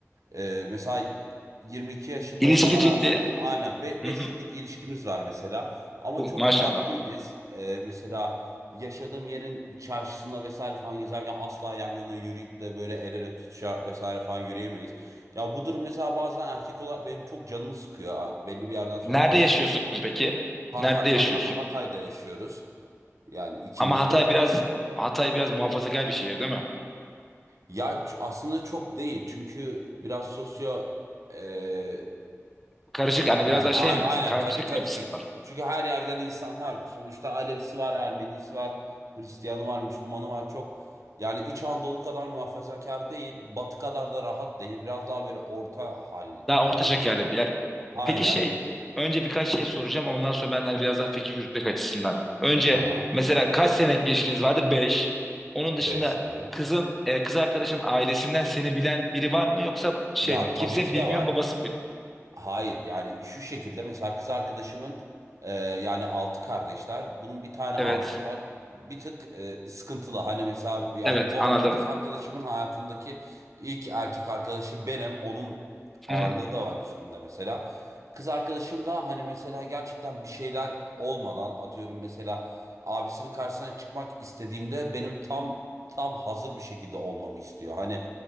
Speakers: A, on the right (about 80°); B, in the centre.
A: ee, mesela 22 yaşında
B: İlişki
A: olmama
B: ciddi.
A: rağmen aynen beş
B: Hı hı.
A: yıllık ilişkimiz var mesela. Ama
B: Uh,
A: çok
B: maşallah.
A: rahat değiliz. Ee, mesela yaşadığım yerin çarşısında vesaire falan gezerken asla yan yana yürüyüp de böyle el ele tutuşa vesaire falan yürüyemeyiz. Ya bu durum mesela bazen erkek olarak benim çok canımı sıkıyor. Belli bir yerden sonra
B: Nerede
A: artık
B: yaşıyorsun peki?
A: Hatay,
B: Nerede yaşıyorsun?
A: Hatay- Hatay'da yaşıyoruz. Yani ikimiz
B: Ama Hatay
A: de.
B: biraz Hatay biraz muhafazakar bir şehir değil mi?
A: Ya ç- aslında çok değil. Çünkü biraz sosyo ee,
B: Karışık hani
A: Yani
B: biraz daha
A: a-
B: şey mi?
A: aynen
B: Karmaşık
A: karı karışık.
B: bir yapısı var.
A: Çünkü her yerden insan var. Sonuçta Alevisi var, Ermenisi var, Hristiyanı var, Müslümanı var. Çok yani İç Anadolu kadar muhafazakar değil, Batı kadar da rahat değil. Biraz daha böyle orta hal,
B: Daha
A: hallimce.
B: orta şekerli bir yer.
A: Aynen.
B: Peki şey önce birkaç şey soracağım ondan sonra ben de hani biraz daha fikir yürütmek açısından. Önce
A: Aha.
B: mesela kaç senelik bir ilişkiniz vardı? Beş. Onun dışında
A: Beş evet.
B: kızın e, kız arkadaşın ailesinden seni bilen biri var mı yoksa şey
A: Ya
B: mi?
A: tabii
B: Kimse
A: ki
B: bilmiyor
A: de var.
B: babası mı?
A: Hayır yani şu şekilde mesela kız arkadaşımın e, yani altı kardeşler. Bunun bir tane
B: Evet.
A: abisi var. Bir tık e, sıkıntılı. Hani mesela ya
B: Evet
A: bu
B: anladım.
A: arada kız arkadaşımın hayatındaki ilk erkek arkadaşı benim. Onun ağırlığı
B: Hı hı,
A: da var üstümde mesela. Kız arkadaşım da hani mesela gerçekten bir şeyler olmadan atıyorum mesela abisinin karşısına çıkmak istediğimde benim tam tam hazır bir şekilde olmamı istiyor. Hani